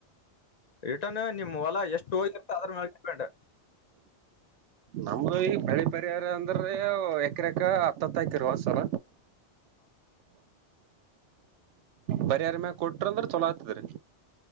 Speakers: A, on the left (about 45°); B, on the right (about 85°).
A: ರಿಟನ್ ನಿಮ್ ಹೊಲ ಎಷ್ಟು ಹೋಗಿರುತ್ತ ಅದ್ರ ಮ ಡಿಪೆಂಡ್
B: ನಮ್ದು ಈಗ ಬಳಿ ಪರಿಹಾರ ಅಂದ್ರೆ ಎಕ್ರಕ ಹತ್ತ ಹತ್ತ ಹಾಕಿರುವ ಸಲ ಬರಿರ ಮ್ಯಾಗ ಕೊಟ್ರ ಅಂದ್ರ ಚಲೋ ಆತ್ತದ್ರೀ